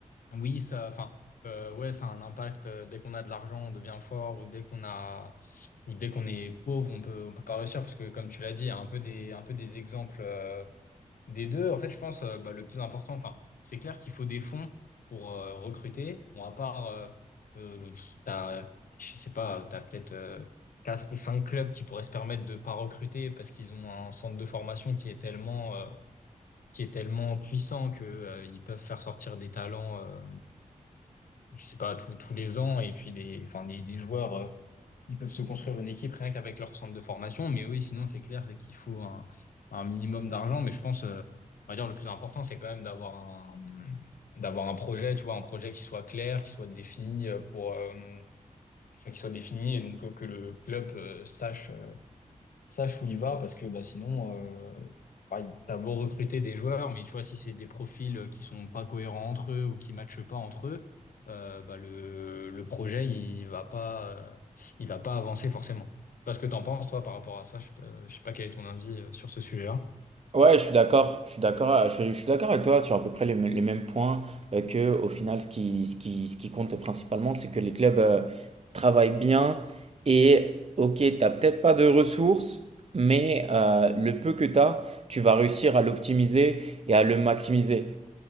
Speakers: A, on the left (about 80°); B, on the right (about 50°).
A: oui, ça, enfin, euh, ouais, ça a un impact. euh, Dès qu'on a de l'argent, on devient fort, ou dès qu'on a, ou dès qu'on est pauvre, on peut, on peut pas réussir, parce que, comme tu l'as dit, il y a un peu des, un peu des exemples. euh, des deux, en fait, je pense, euh, bah, le plus important, enfin, c'est clair qu'il faut des fonds pour euh, recruter. Bon, à part, euh, euh, t'as, je sais pas, t'as peut-être euh, quatre ou cinq clubs qui pourraient se permettre de pas recruter parce qu'ils ont un centre de formation qui est tellement, euh, qui est tellement puissant que euh, ils peuvent faire sortir des talents, euh, je sais pas, tous tous les ans et puis des, enfin, des, des joueurs. euh, ils peuvent se construire une équipe rien qu'avec leur centre de formation. Mais oui, sinon, c'est clair, c'est qu'il faut un, un minimum d'argent. Mais je pense, euh, on va dire, le plus important, c'est quand même d'avoir un, d'avoir un projet, tu vois, un projet qui soit clair, qui soit défini euh, pour, euh, enfin, qui soit défini et donc euh, que le club euh, sache. euh, sache où il va parce que bah, sinon, euh, bah, il- t'as beau recruter des joueurs, mais tu vois, si c'est des profils euh, qui sont pas cohérents entre eux ou qui matchent pas entre eux, euh, bah, le, le projet, il va pas, euh, il va pas avancer forcément. Parce que t'en penses, toi, par rapport à ça, je sais pas, je sais pas quel est ton avis euh, sur ce sujet-là.
B: Ouais, je suis d'accord. Je suis d'accord. euh, Je, je suis d'accord avec toi sur à peu près les, m- les mêmes points euh, que au final, ce qui, ce qui, ce qui compte principalement, c'est que les clubs euh, travaillent bien et ok, t'as peut-être pas de ressources, mais euh, le peu que t'as, tu vas réussir à l'optimiser et à le maximiser.